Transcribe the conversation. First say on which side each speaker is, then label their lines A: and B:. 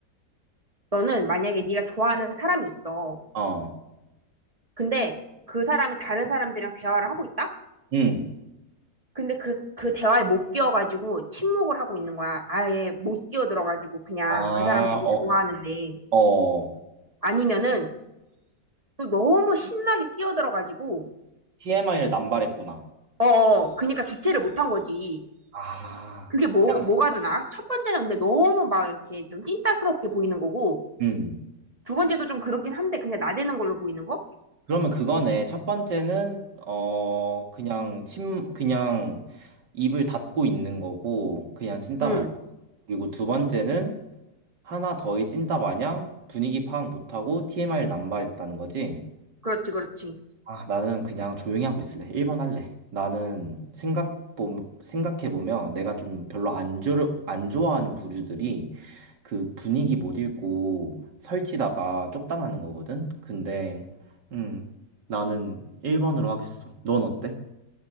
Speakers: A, on the right (about 20°); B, on the right (about 75°).
A: 너는 만약에 네가 좋아하는 사람이 있어.
B: 어.
A: 근데 그 사람이 다른 사람들이랑 대화를 하고 있다?
B: 응.
A: 근데 그, 그 대화에 못 끼어가지고 침묵을 하고 있는 거야. 아예 못 끼어들어가지고 그냥
B: 아,
A: 그 사람들이
B: 어,
A: 좋아하는데.
B: 어.
A: 아니면은 또 너무 신나게 끼어들어가지고
B: TMI를 남발했구나.
A: 어, 어, 그니까 주체를 못한 거지.
B: 아,
A: 그게 뭐,
B: 그냥
A: 뭐가 되나? 첫 번째는 근데 너무 막 이렇게 좀 찐따스럽게 보이는 거고,
B: 음.
A: 두 번째도 좀 그렇긴 한데 그냥 나대는 걸로 보이는 거?
B: 그러면 그거네. 첫 번째는 어 그냥 침 그냥 입을 닫고 있는 거고 그냥 찐따
A: 응,
B: 마냥. 그리고 두 번째는 하나 더의 찐따 마냥 분위기 파악 못하고 TMI를 남발했다는 거지.
A: 그렇지, 그렇지.
B: 아, 나는 그냥 조용히 하고 있을래. 1번 할래. 나는 생각 보 생각해 보면 내가 좀 별로 안좋안 좋아하는 부류들이 그 분위기 못 읽고 설치다가 쪽당하는 거거든? 근데, 음, 나는 1번으로 하겠어. 넌 어때?